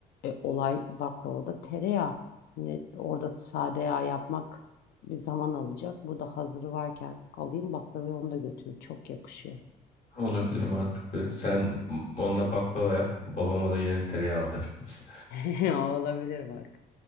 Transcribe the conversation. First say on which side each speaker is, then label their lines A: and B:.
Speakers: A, on the left (about 65°); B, on the left (about 45°).
A: E, olay baklavada tereyağı. Şimdi orada sade yağ yapmak bir zaman alacak. Burada hazırı varken alayım baklavayı onu da götürün. Çok yakışıyor.
B: Olabilir mantıklı. Sen onunla baklava yap, babama da yeni tereyağı alırız.
A: <laughs> Olabilir bak.